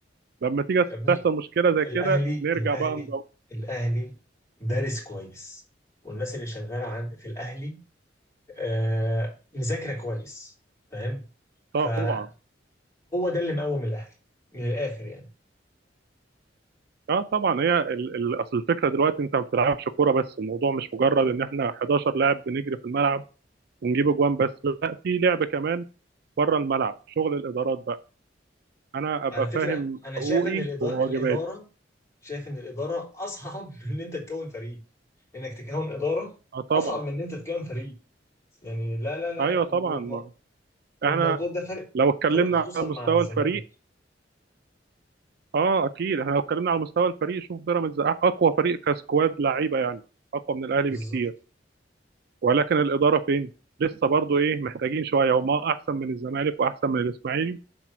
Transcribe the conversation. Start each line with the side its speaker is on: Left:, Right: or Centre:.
Right: لما تيجي
Left: يا ابني
Right: تحصل مشكله زي
Left: الاهلي
Right: كده نرجع
Left: الاهلي
Right: بقى ندور.
Left: الاهلي دارس كويس والناس اللي شغاله عن في الاهلي آه مذاكره كويس فاهم فهو
Right: طبعا
Left: ده اللي مقوم الاهلي من الاخر يعني
Right: اه طبعا هي ال- ال- اصل الفكره دلوقتي انت ما بتلعبش كوره بس الموضوع مش مجرد ان احنا 11 لاعب بنجري في الملعب ونجيب اجوان بس لا في لعب كمان بره الملعب شغل الادارات بقى انا ابقى
Left: على فكرة
Right: فاهم
Left: أنا
Right: حقوقي
Left: شايف إن الإدا-
Right: وواجباتي
Left: الإدارة شايف إن الإدارة أصعب <laughs> من إن أنت تكون فريق إنك تكون إدارة
Right: اه طبعا
Left: أصعب من إن أنت تكون فريق يعني لا لا لا
Right: ايوه
Left: لا
Right: طبعا
Left: والم...
Right: ما.
Left: والموضوع
Right: احنا
Left: ده فرق
Right: لو اتكلمنا
Left: فرق خصوصا
Right: على مستوى
Left: مع الزمالك
Right: الفريق اه اكيد احنا لو اتكلمنا على مستوى الفريق شوف بيراميدز أ- اقوى فريق كسكواد لعيبه يعني اقوى من الاهلي
Left: بالظبط
Right: بكتير ولكن الاداره فين لسه برضو ايه محتاجين شويه هما احسن من الزمالك واحسن من الاسماعيلي